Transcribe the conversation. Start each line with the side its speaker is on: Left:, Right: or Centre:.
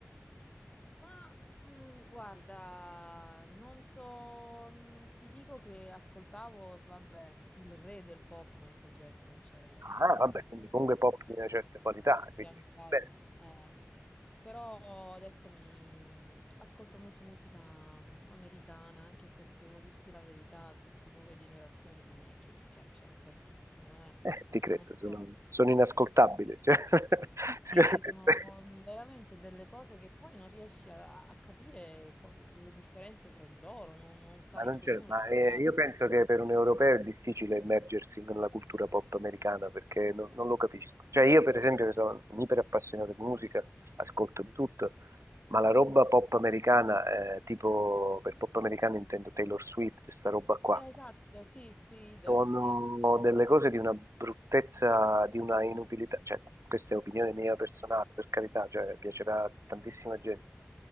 Left: Ma mm, guarda, non so, mm, ti dico che ascoltavo, s- vabbè, il re del pop Michael Jackson, cioè,
Right: Ah, vabbè,
Left: penso
Right: quindi comunque pop di
Left: sia,
Right: una certa qualità, quindi
Left: sia un cult.
Right: beh,
Left: eh. Però adesso mi mm, ascolto molto musica mm, americana, anche se devo dirti la verità, queste nuove generazioni non è che mi piacciono tantissimo, eh.
Right: eh, ti credo,
Left: Non so.
Right: sono, sono inascoltabile, cioè, <laughs> sicuramente.
Left: Sì, sono veramente delle cose che poi non riesci a, a capire qua- le differenze tra di loro, non, non sai
Right: ma non
Left: chi
Right: c'è,
Left: è uno
Right: ma
Left: e chi
Right: eh,
Left: è l'altro.
Right: io penso che per un europeo è difficile immergersi nella cultura pop americana perché non, non lo capisco. Cioè io per esempio che sono un iper appassionato di musica, ascolto di tutto, ma la roba pop americana, eh, tipo per pop americana intendo Taylor Swift, sta roba qua.
Left: Eh, Esatto, sì, sì, idem,
Right: Sono
Left: sì. sì,
Right: delle cose di una bruttezza, di una inutilità, cioè questa è opinione mia
Left: sì.
Right: personale, per carità, cioè piacerà a tantissima gente,